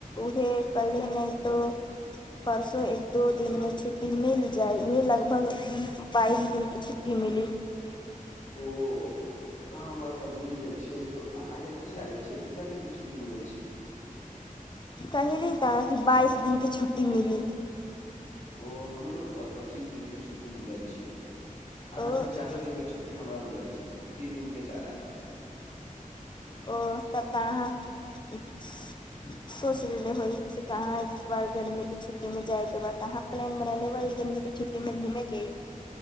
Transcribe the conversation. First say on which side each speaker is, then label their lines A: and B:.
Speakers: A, on the left; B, on the left.
A: उहे कल्हे नै तो परसो एक दो दिनमे छुटी मिल जाइ उे लगभग बाइस दिन की छुट्टी मिली
B: ओहो <inaudible> हमरा तऽ मिल गेल तो अहाँकेँ की लागे छै कितना दिन के छुट्टी मिलैत छै
A: कहली तऽ कि बाइस दिनके छुट्टी मिली
B: ओ हमरो तऽ पच्चीस दिन केँ छुट्टी मिलल छै अहाँ
A: ओ ओ
B: से जायदा दिन केँ छुट्टी हमरा मिलल छै तीन दिन के जादा
A: ओ हो तब तऽ अहाँ <unintelligible> सोचि होइ कहाँ इस बार गर्मीकेँ छुट्टीमे जाइके बाद कहाँ प्लान बना लेबै गरमीके छुट्टी मे घूमें कऽ